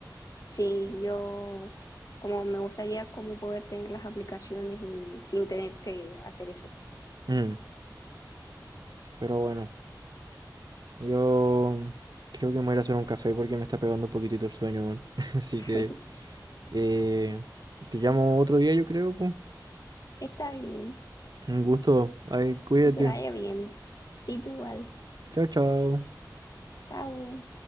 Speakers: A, on the left; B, on the right.
A: Sí, yo como me gustaría como poder tener las aplicaciones y sin tener que hacer eso.
B: Mm, pero bueno, yo creo que me voy a ir a hacer un café porque me está pegando un poquitito el sueño, weón. <laughs> Así
A: <laughs>
B: que eh, te llamo otro día, yo creo, pues.
A: Está bien,
B: Un gusto. Ay, cuídate.
A: que te vaya bien. Sí, tú igual.
B: Chao, chao.
A: Chao.